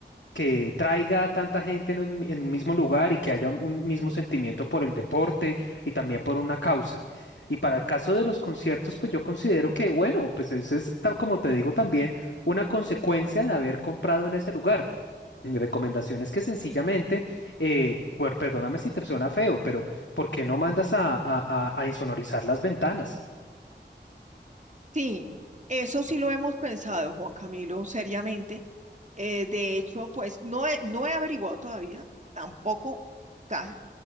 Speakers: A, on the left; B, on the right.
A: que traiga a tanta gente en un, en un mismo lugar y que haya un mismo sentimiento por el deporte y también por una causa. Y para el caso de los conciertos, pues yo considero que, bueno, pues eso es, tal como te digo, también una consecuencia de haber comprado en ese lugar. Mi recomendación es que sencillamente, eh, pues, perdóname si te suena feo, pero ¿por qué no mandas a, a a- a insonorizar las ventanas?
B: Sí, eso sí lo hemos pensado, Juan Camilo, seriamente. Eh, de hecho, pues no he, no he averiguado todavía, tampoco, o sea,